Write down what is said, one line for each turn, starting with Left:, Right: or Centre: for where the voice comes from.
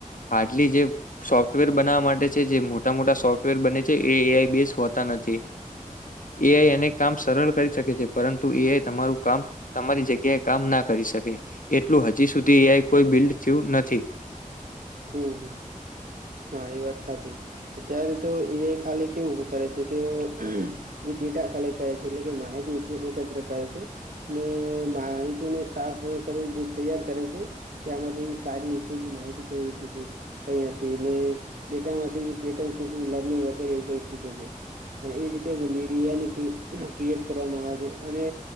Left: આટલી જે સોફ્ટવેર બનાવવા માટે છે જે મોટા-મોટા સોફ્ટવેર બને છે એ એ આઈ બેઝ હોતા નથી. એ આઈ એને કામ સરળ કરી શકે છે, પરંતુ એ આઈ તમારું કામ તમારી જગ્યાએ કામ ના કરી શકે. એટલું હજી સુધી એ આઈ કોઈ બિલ્ડ થયું નથી.
Right: હમ્મ-હમ્મ. હ, એ વાત સાચી અત્યારે તો એ ખાલી કેવું કરે છે કે. જે ડેટા કલેક્ટ કરે છે. એટલે કે માહિતી એકત્ર કરે છે. ને માહિતીને સાફ કરી જે તૈયાર કરે છે. કે આમાંથી સારી ઉપયોગી માહિતી કંઈ રીતે છે, કંઈ નથી એને ડેટામાંથી પેટર્ન શીખવું, લર્નિંગ વગેરે એવું બધું શીખે છે. અને ઈ રીતે <unintelligible> કિટ ક્રિએટ કરવામાં આવે છે, અને